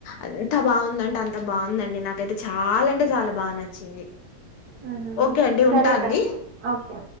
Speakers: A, on the left; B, on the right.
A: అంత బాగుందంటే అంత బాగుందండి నాకైతే చాలా అంటే చాలా బాగా నచ్చింది
B: హ్మ్
A: ఓకే అండి.
B: సరేనండి
A: ఉంటా అండి.
B: ఓకే